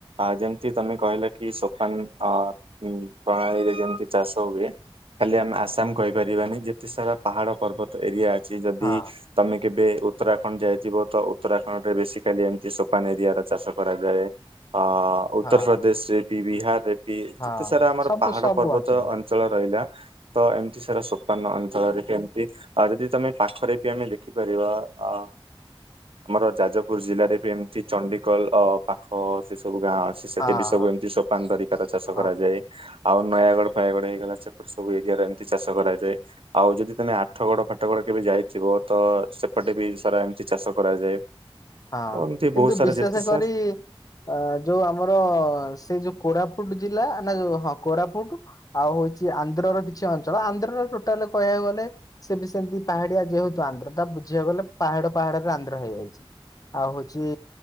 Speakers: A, on the right (about 70°); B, on the left (about 40°).
A: ଆ ଯେମିତି ତମେ କହିଲ କି ସୋଫାନ ଅ ପ୍ରଣାଳୀରେ ଯେମିତି ଚାଷ ହୁଏ। ଖାଲି ଆମେ ଆସାମ କହିପାରିବାନି ଯେତେ ସାରା ପାହାଡ଼ ପର୍ବତ ଏରିଆ ଅଛି ଯଦି
B: ହଁ
A: ତମେ କେବେ ଉତ୍ତରାଖଣ୍ଡ ଯାଇଥିବ ତ ଉତ୍ତରାଖଣ୍ଡ ରେ ବେଶୀ ଖାଲି ଏମିତି ସୋପାନ ଏରିିଆର ଚାଷ କରାଯାଏ। ଅ ଉତ୍ତର
B: ହଁ
A: ପ୍ର୍ରଦେଶ ରେ ବି ବିହାରରେ ବି
B: ହଁ
A: ଯେତେ ସାରା ଆମର
B: ସବୁ
A: ପାହାଡ
B: ସବୁ
A: ପର୍ବତ
B: ଅଞ୍ଚଳରେ
A: ଅଞ୍ଚଳ ରହିଲା ତ ଏମିତି ସାରା ସୋପାନ ଅଞ୍ଚଳରେ କେମତି୍? ଆଉ ଯଦି ତମେ ପାଖରେ ବି ଆମେ ଦେଖିପାରିବା ଅ ଆମର ଯାଜ ପୁରି ଜିଲ୍ଲାରେ ବି ଏମିତି ଚଣ୍ଡଡିିକଲ ପାଖ ସେ ସବୁ ଗାଁ ଆ ସେଠି
B: ହଁ
A: ବି ସବୁ ଏମିତି ସୋପାନ ତରିକାର ଚାଷ
B: ହଁ
A: କରାଯାଏ। ଆଉ ନୟାଗଡ ଫୟାଗଡ ହେଇଗଲା ସେପଟେ ସବୁ ଏରିଆରେ ଏମିତି ଚାଷ କରାଯାଏ। ଆଉ ଯଦି ତମେ ଆଠ ଗଡ ଫାଟ ଗଡ କେବେ ଯାଇଥିବ। ତ ସେପଟେ ବି ସାରା ଏମିତି ଚାଷ କରାଯାଏ।
B: ହଁ
A: ତ ଏମିତି
B: କିନ୍ତୁ
A: ବହୁତ ସାରା
B: ବିଶେଷ
A: ଯେତେ ସାର୍
B: କରି ଅ ଯୋଉ ଆମର ସେଇ ଯୋଉ କୋରାପୁଟ ଜିଲ୍ଲା ନା ଯୋଉ ହଁ କୋରାପୁଟ ଆଉ ହଉଛି ଆନ୍ଧ୍ର ର କିଛି ଅଞ୍ଚଳ ଆନ୍ଧ୍ରର ଟୋଟାଲ କହିଆକୁ ଗଲେ ସେ ବି ସେମିତି ପାହାଡିଆ ଯେହେତୁ ଆନ୍ଧ୍ର ତା ବୁଝିଆକୁ ଗଲେ ପାହାଡ ପାହାଡରେ ଆନ୍ଧ୍ର ହେଇଯାଇଛି। ଆଉ ହଉଛି